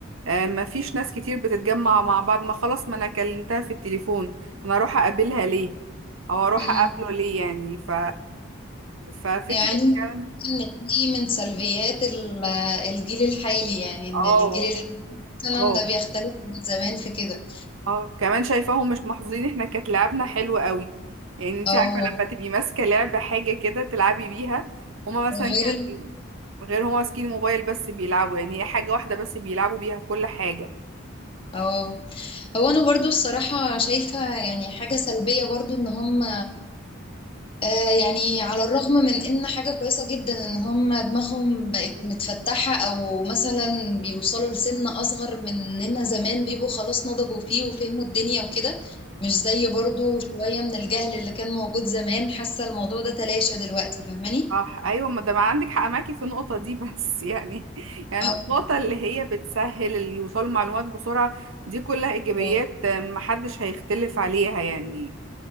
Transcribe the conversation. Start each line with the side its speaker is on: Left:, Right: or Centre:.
Right: آه، ما فيش ناس كتير بتتجمع مع بعض ما خلاص ما انا كلمتها في التليفون انا اروح اقابلها ليه او اروح
Left: مم.
Right: اقابله ليه يعني ف ففكرة
Left: يعني
Right: كمان
Left: ان دي من سلبيات ال- الجيل الحالي يعني ان
Right: اه
Left: الجيل الحالي مثلا
Right: اه
Left: ده بيختلف من زمان في كده
Right: اه كمان شايفاهم مش محظوظين احنا كانت لعبنا حلو قوي يعني انت
Left: او
Right: عارفة لما تبقي ماسكة لعبة حاجة كده تلعبي بيها هما مثلا
Left: غير ال-
Right: كان غير هما ماسكين موبايل بس بيلعبوا يعني هي حاجة واحدة بس بيلعبوا بيها كل حاجة
Left: اه هو انا برضو الصراحة شايفة يعني حاجة سلبية برضو ان هم آه يعني على الرغم من ان حاجة كويسة جدا ان هم دماغهم بقت متفتحة او مثلا بيوصلوا لسن اصغر مننا زمان بيبقوا خلاص نضجوا فيه وفهموا الدنيا وكده مش زي برضو شوية من الجهل اللي كان موجود زمان حاسة الموضوع ده تلاشى دلوقتي فاهماني
Right: صح ايوه ما ده ما عندك حق معاكي في النقطه دي بس يعني <laughs> يعني
Left: اه
Right: النقطه اللي هي بتسهل اللي يوصلوا معلومات بسرعه دي كلها ايجابيات
Left: آه،
Right: آه، محدش هيختلف عليها يعني